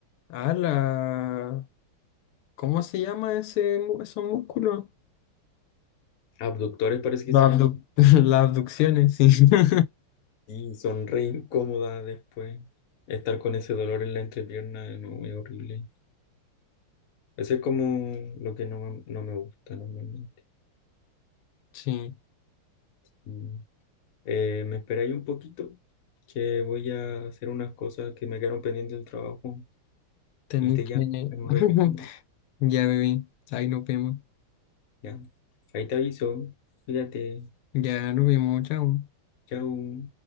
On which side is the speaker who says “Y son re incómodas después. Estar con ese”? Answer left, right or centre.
Left